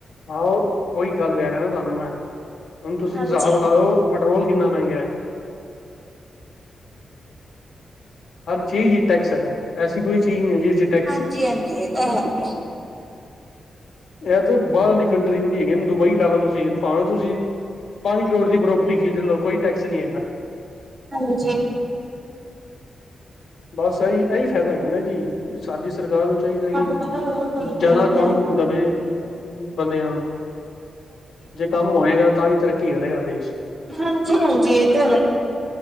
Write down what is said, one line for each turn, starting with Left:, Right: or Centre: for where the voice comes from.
Left: ਹਾ ਓ ਓਈ ਗੱਲ ਕੈ ਰਏ ਨਾ ਤੁਆਨੂੰ ਮੈ। ਹੁਣ ਤੁਸੀ
Right: ਹਾਂਜੀ
Left: ਹਿਸਾਬ ਲਾ ਲੋ ਪਟਰੋਲ ਕਿੰਨਾਂ ਮੈਂਗਾ ਐ। ਹਰ ਚੀਜ਼ ਇੱਚ ਟੈਕਸ ਹੈਗੈ। ਐਸੀ ਕੋਈ ਚੀਜ ਨੀ ਹੈਗੀ ਜਿ
Right: ਹਾਂਜੀ-ਹਾਂਜੀ ਏ ਤਾਂ ਹੈਗੈ।
Left: ਐ ਤੇ ਬਾਹਰ ਆਲੀ ਕੰਟਰੀ ਵਧੀਆ ਹੈਗੀਆਨ। ਦੁਬਈ ਲਾ ਲੋ ਤੁਸੀ, ਭਾਵੇ ਤੁਸੀ ਪਾਂਜ ਕਰੋੜ ਦੀ ਪ੍ਰੋਪਰਟੀ ਖਰੀਦ ਲੋ ਕੋਈ ਟੈਕਸ ਨੀ ਹੈਗਾ।
Right: ਹਾਂਜੀ।
Left: ਬਸ ਐਈ, ਐਈ ਫੈਦਾ ਹੈਗਾ ਨਾ ਜੀ। ਸਾਡੀ ਸਰਕਾਰ ਨੂੰ ਚਾਈਦੈ ਕਿ
Right: ਹਾਂਜੀ
Left: ਜਿਆਦਾ ਕੰਮ ਦਵੇ, ਬਨੇਆ ਜੇ ਕੰਮ ਹੋਏਗਾ, ਤਾਂ ਹੀ ਤਰੱਕੀ ਕਰੇਗਾ ਦੇਸ਼-
Right: ਹਾਂਜੀ- ਹਾਂਜੀ ਇਹ ਤਾਂ ਹੈ-